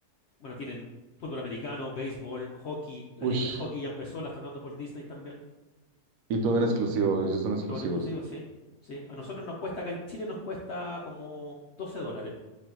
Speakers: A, on the left; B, on the right.
A: bueno, tienen fútbol americano, béisbol, hockey, la
B: Ush.
A: liga de hockey ya empezó, la están dando por Disney también.
B: Y todo en exclusivo, ellos son exclusivos,
A: Todo en exclusivo, sí. Sí, a nosotros nos cuesta, acá en Chile nos cuesta como 12 dólares